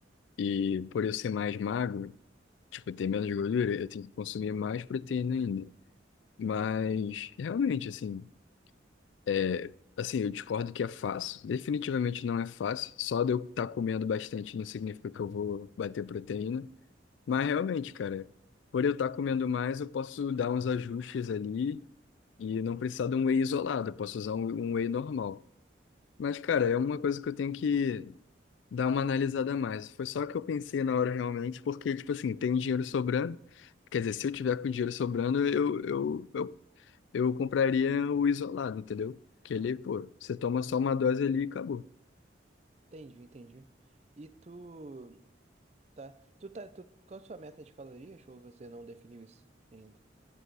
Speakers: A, on the left (about 80°); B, on the right (about 35°).
A: E por eu ser mais magro, tipo, ter menos gordura, eu tenho que consumir mais proteína ainda. Mas, realmente, assim, é, Assim, eu discordo que é fácil. Definitivamente não é fácil. Só de eu estar comendo bastante não significa que eu vou bater proteína. Mas realmente, cara, por eu estar comendo mais, eu posso dar uns ajustes ali e não precisar de um whey isolado, eu posso usar um, um whey normal. Mas, cara, é uma coisa que eu tenho que dar uma analisada a mais. Foi só que eu pensei na hora realmente, porque, tipo assim, tem dinheiro sobrando. Quer dizer, se eu tiver com dinheiro sobrando, eu, eu, eu, eu compraria o isolado, entendeu? Que ele, pô, você toma só uma dose ali e acabou.
B: Entendi, entendi. E tu, tá, tu tá, tu, qual a sua meta de calorias ou você não definiu isso ainda?